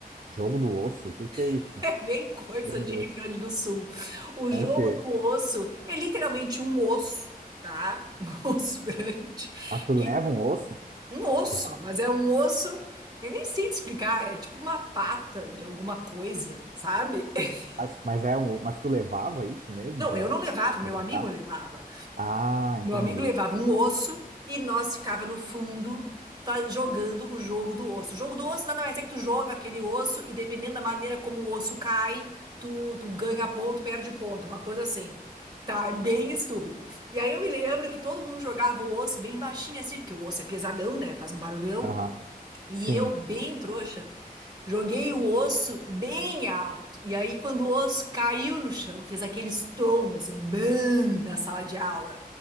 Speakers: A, on the right; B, on the right.
A: Jogo do osso? O que que é isso?
B: <laughs> É bem coisa
A: Meu
B: de
A: Deus.
B: Rio Grande do Sul. O jogo
A: É o quê?
B: do osso é literalmente um osso, tá? Um <laughs> osso grande.
A: Ah, tu leva
B: Que,
A: um osso?
B: um osso,
A: Levava.
B: mas é um osso. Eu nem sei te explicar, é tipo uma pata de alguma coisa, sabe? <laughs>
A: Mas, mas é um, mas tu levava isso mesmo
B: Não,
A: pra,
B: eu não levava, meu
A: pra brincar?
B: amigo levava.
A: Ah,
B: Meu
A: entendi.
B: amigo levava um osso e nós ficava no fundo tá, jogando o jogo do osso. O jogo do osso nada mais é que tu joga aquele osso e dependendo da maneira como o osso cai, tu, tu ganha ponto, perde ponto, uma coisa assim. Tá, é bem estúpido. E aí eu me lembro que todo mundo jogava o osso bem baixinho assim, porque o osso é pesadão, né? Faz um barulhão.
A: Aham.
B: E
A: Sim.
B: eu, bem trouxa, joguei o osso bem alto. E aí, quando o osso caiu no chão, fez aquele estrondo, assim, bam, na sala de aula.